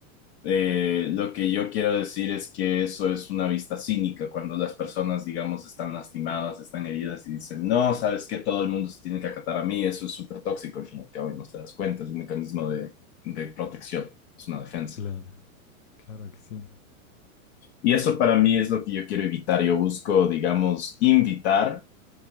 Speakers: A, on the left; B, on the left.
A: eh, lo que yo quiero decir es que eso es una vista cínica, cuando las personas, digamos, están lastimadas, están heridas y dicen, no, sabes que todo el mundo se tiene que acatar a mí, eso es súper tóxico al fin y al cabo y no te das cuenta, es un mecanismo de, de protección, es una defensa.
B: Claro, claro que sí.
A: Y eso para mí es lo que yo quiero evitar, yo busco, digamos, invitar